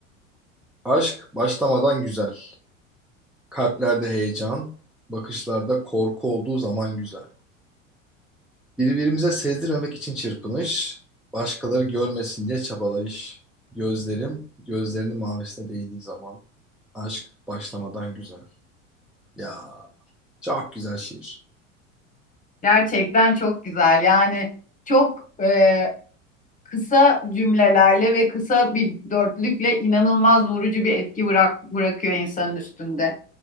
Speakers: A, in the centre; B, on the left.
A: Aşk başlamadan güzel. Kalplerde heyecan, bakışlarda korku olduğu zaman güzel. Birbirimize sezdirmemek için çırpınış, başkaları görmesin diye çabalayış. Gözlerim, gözlerinin mavisine değdiği zaman aşk başlamadan güzel. Ya çok güzel şiir.
B: Gerçekten çok güzel. Yani çok e, kısa cümlelerle ve kısa bir dörtlükle inanılmaz vurucu bir etki bırak, bırakıyor insanın üstünde.